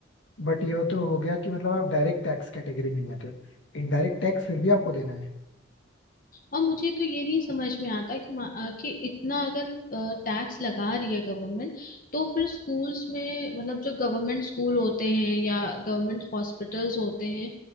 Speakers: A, on the left; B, on the left.
A: बट ये तो हो गया कि मतलब आप डायरेक्ट टैक्स कैटेगरी में नहीं आते हो इनडायरेक्ट टैक्स फिर भी आपको देना है
B: और मुझे तो ये नहीं समझ में आता कि मा- अ, कि इतना अगर टैक्स लगा रही है गवर्नमेंट तो फिर स्कूल्स में मतलब जो गवर्नमेंट स्कूल होते हैं या गवर्नमेंट हॉस्पिटल्स होते हैं